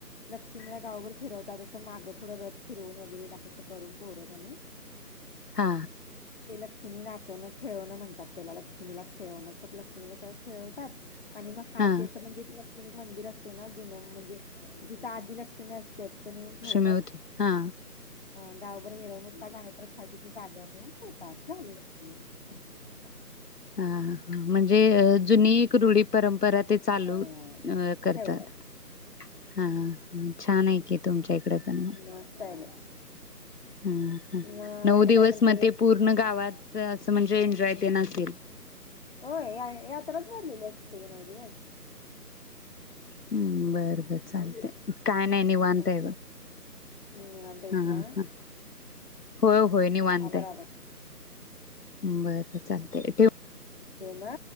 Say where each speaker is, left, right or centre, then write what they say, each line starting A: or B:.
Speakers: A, on the left; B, on the left.
A: लक्ष्मीला गावभर फिरवतात, असं माग. फूडं रथ फिरवून वगैरे डायरेक्ट करून पोर कनी.
B: हा
A: ते लक्ष्मी नाचवणं खेळवणं म्हणतात, त्याला लक्ष्मीला खेळवणं तर लक्ष्मीला सगळं खेळवतात. आणि मग हाती
B: हा
A: असं म्हणजे ते. मी मंदिर असतय ना जुन म्हणजे जिथ आदि लक्षुमी. लक्ष्मी असते तिथं नेऊन ठेव.
B: <unintelligible> हा
A: ह गावभर मिरवणूक काडता अणि परत हाहे तिथ जाग्यावर नेऊन ठेवतात झाली लक्ष
B: हा म्हणजे जुनी एक रुढी परंपरा ते चालू
A: हा
B: अ करतात
A: ठेवलं
B: हा छान आहे की तुमच्या
A: मस्त आहे बाई.
B: <unintelligible>
A: मग
B: नऊ
A: आणि
B: दिवस
A: काय म्हणते
B: मग ते पूर्ण गावात म्हणजे एन्जॉय ते. <unintelligible>
A: होय या य यातरात भरलले असते नऊ दिवस
B: हम्म बर बर चालतय काय नाही निवांतय
A: ओके
B: बघ,
A: निवांत आहेस
B: ह
A: ना?
B: हा होय होय निवांतय
A: बरोबर
B: बर चालत ठेव
A: होना?